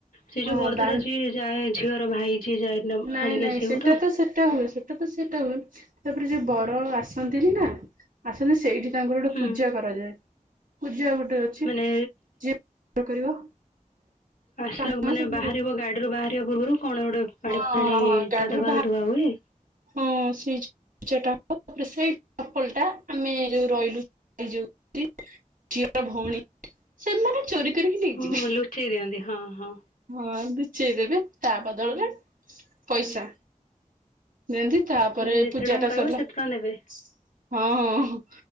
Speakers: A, on the left; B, on the right.
A: ସେ
B: ହଁ
A: ଯୋଉ ବରଧାରା
B: ଦା
A: ଯିଏ ଯାହା ଝିଅର ଭାଇ ଯିଏ ଯାଏ
B: ନାଇଁ
A: ଆଣିକି
B: ନାଇଁ
A: ଆସିବାକୁ
B: ସେଟା ତ ସେଟା ହୁଏ ସେ ଟା ତ ସେଇଟା ହୁଏ ତାପରେ ଯୋଉ ବର ଆସନ୍ତିନି ନା ଆସନ୍ତି ସେଇଠି ତାଙ୍କର ଗୋଟେ
A: ହୁଁ
B: ପୂଜା କରାଯାଏ ପୂଜା ଗୋଟେ ଅଛି
A: ମାନେ
B: ଯେ କଣ କରିବ?
A: ଆସିଲା
B: କାମ
A: ମାନେ
B: ସବୁ
A: ବାହାରିବ
B: ହଁ
A: ଗାଡିରୁୁ ବାହାରିବା ପୂର୍ବରୁ କଣ ଗୋଟେ
B: ହଁ
A: ପାଣି, ଫାଣି
B: ହଁ ଗାଡିରୁ
A: ପାଦ, ଫାଦ ଧୁଆ ହୁଏ?
B: ହଁ ସେଇ- ଟା ତାପରେ ସେଇ ଚପଲ ଟା ଆମେ ଯୋଉ ରହିଲୁଉ- <unintelligible> ଝିଅର ଭଉଣୀ, ସେମାନେ ଚୋରି କରିକି ନେଇଯିବେ।
A: ହଁ ଲୁଚେଇ ଦିଅନ୍ତି, ହଁ ହଁ।
B: ହଁ ଲୁଚେଇ ଦେବେ ତା ବଦଳରେ ପଇସା। ଯେମତି ତାପରେ
A: ମାନେ ଯେତେ
B: ପୂଜାଟା
A: ଟଙ୍କା କହିବ
B: ସରିଲା
A: ସେତେ ଟଙ୍କା ଦେବେ
B: ହଁ ହଁ।